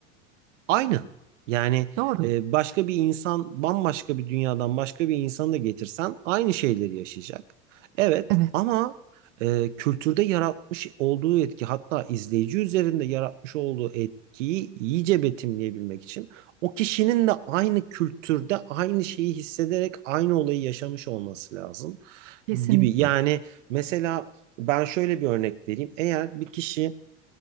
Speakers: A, on the right; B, on the right.
A: aynı. Yani
B: Doğru.
A: e, başka bir insan, bambaşka bir dünyadan başka bir insanı da getirsen aynı şeyleri yaşayacak. Evet
B: Evet,
A: ama e, kültürde yaratmış olduğu etki hatta izleyici üzerinde yaratmış olduğu etkiyi iyice betimleyebilmek için o kişinin de aynı kültürde aynı şeyi hissederek aynı olayı yaşamış olması lazım
B: kesinlikle.
A: gibi. Yani mesela ben şöyle bir örnek vereyim. Eğer bir kişi